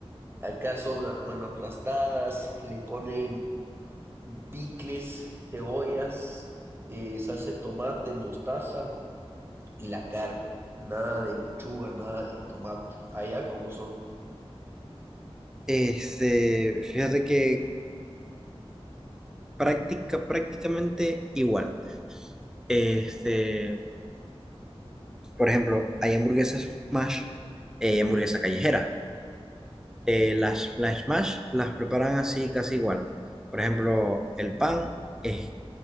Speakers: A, on the right; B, in the centre.
A: acá son, ah, bueno, aplastadas, le ponen Picles, cebollas, eh, salsa de tomate, mostaza y la carne. Nada de lechuga, nada de tomate. Allá como son.
B: Este, fíjate que, Práctica, prácticamente igual. Este, por ejemplo, hay hamburguesas smash, eh, hamburguesa callejera. Eh, las, las smash las preparan así casi igual. Por ejemplo, el pan es,